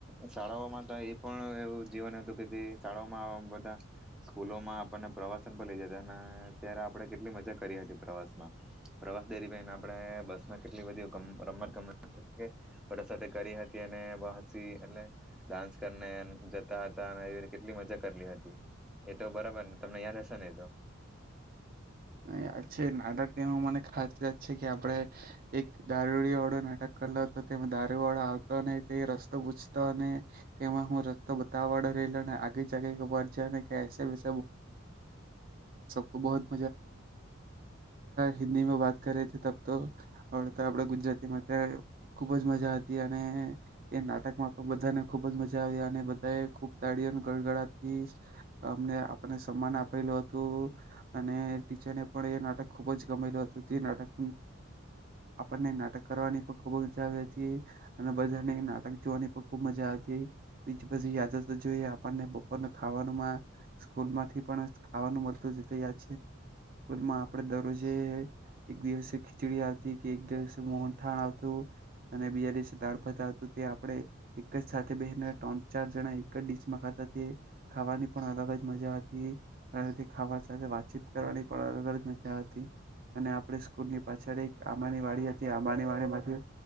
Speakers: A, in the centre; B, on the right.
A: શાળાઓમાં તો એ પણ એવું જીવન હતું કે જે શાળાઓમાં બધા સ્કૂલોમાં આપણને પ્રવાસન પણ લઈ જતા અને ત્યારે આપણે કેટલી મજા કરી હતી પ્રવાસમાં પ્રવાસ ડેરી બેાઈને આપણે બસમાં કેટલી બધી રમત ગમત વર સાથે કરી હતી અનેસી એટ ડાન્સ કરીને જતા હતા અને એ કેટલી મજા કરલી હતી એતો બરાબર ને તમને યદ હશે ને એ તો
B: યાદ છે નાટક એમાં મને ખાસ યાત છે કે આપણે એક દારૂડીયો વાળો નાટક કરલો હતો તે દારૂ વાળો આવતો તે રસ્તો પૂછતો અને તેમાં હું રસ્તો બતાવવા વાળો રહીલોને આગે જાગી ખબર જને વિ બો બો બ મા હિન્દી માં વાત કરી ત તો હ આપણે ગુજરાતીમાં ત્યાં ખુબ જ મજા હતી અને એ નાટકમાં પણ બધાને ખુબ જ મજા આવી અને બધા ખૂબ તાળી ગડગડાથી અમને આપણને સન્માન આપેલું હતું અને ટીચરને પણ એ નાટક ખુબ જ ગમેલું હતું તે નાટક આપણને નાટક કરવાની પણ ખુબ મજા આવી હતી અને બધાને નાટક જોવાની પણ ખુબ મજા આવી હતી બીજી બી યાદ જોઈ આપણને બપોરને ખાવાનું સ્કૂલ માંથી પણ ખાવાનું મળતું માં આપે દરરોજે એક દિવસે ખીચડી આવતી કે એક દિવસે મોહનથાળ આવતું અને બીજા દિવસે દાળભાત આવતું તે આપણે એક જ સાથે બેહીને ત્રણ ચાર જણા એક જ ડીશમાં ખાતા ખાવાની પણ અલગ જ મજા હતી ખાવા સાથે વાત ચીત કરવાની પણ અલગ જ મજા આવતી અને આપણે સ્કૂલની પાછળ એક આંબાની વાડી હતી આંબાની વાડી માંથી